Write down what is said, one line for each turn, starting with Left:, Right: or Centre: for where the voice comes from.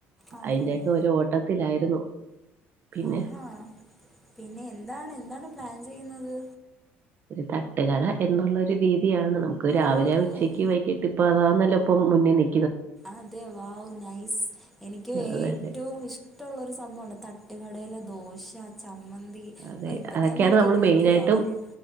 Centre: അതെ
Right: അതിന്റെയൊക്കെ
Centre: അതെ
Right: ഒരു ഓട്ടത്തിലായിരുന്നു പിന്നെ
Centre: ആഹാ പിന്നെ എന്താണ് എന്താണ് എന്താണ് പ്ലാൻ ചെയ്യുന്നത്
Right: തട്ടുകട എന്നുള്ളരു രീ തിയാണ് നമുക്ക് രാവിലെ
Centre: ഓ
Right: ഉച്ചക്ക് വൈകിട്ട് ഇപ്പ അതാന്നല്ലോ ഇപ്പം മുന്നിൽ നി
Centre: അതെ വാഹു നൈസ് എനിക്ക്
Right: അതെ
Centre: ഏറ്റവും
Right: അതെ
Centre: ഇഷ്ടള്ളൊരു സംഭവണ് തട്ടുകടയില ദോശ ചമ്മന്തി
Right: അതെ
Centre: ഓ ഇപ്പൊ
Right: അതൊക്കെയാണ്
Centre: തന്നെ എനിക്ക്
Right: നമ്മൾ
Centre: കൊതിയാവുന്നു
Right: മെയിൻ ആയിട്ടും